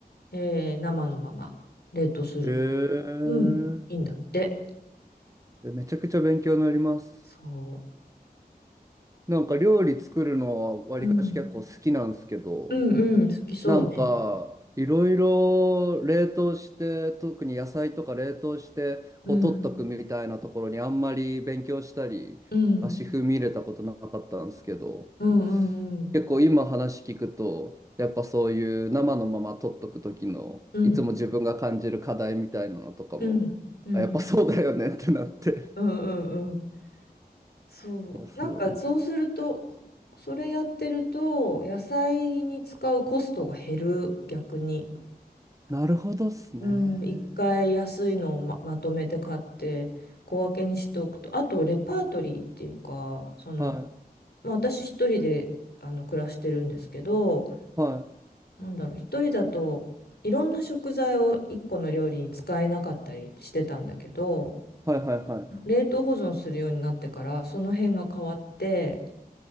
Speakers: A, on the left; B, on the right.
A: えー生のまま冷凍する。
B: へえ。
A: うん、いいんだって。
B: え、めちゃくちゃ勉強になります。
A: そ
B: なんか料理作るのはわりかし結構好きなんですけど、
A: う。うん、うん、うん、好きそうね。
B: なんかいろいろ冷凍して、特に野菜とか冷凍して、
A: うん、
B: こう取っとくみたいなところにあんまり勉強したり、
A: うん、うん、
B: 足踏み入れたことなかったんですけど、
A: うん、うん、
B: 結構今話聞くと、やっぱそういう生のまま撮っとく時の、
A: うん、
B: いつも自分が感じる課題みたいなのとかも、
A: うん、うん、うん、
B: あやっぱそうだよねってなって。
A: うんうんそう。
B: いや、すごい。
A: なんかそうすると、それやってると、野菜に使うコストが減る、逆に。
B: なるほどっすね。
A: うん、一回安いのをま、まとめて買って小分けにしておくと、あとレパートリーっていうか、その、
B: は
A: まあ、私一人であの暮らしてるんですけど、
B: い。は
A: なんだろう、一人だといろんな食材を一個の料理に使えなかったりしてたんだけど、
B: い。はいはいはい。
A: 冷凍保存するようになってからその辺が変わって、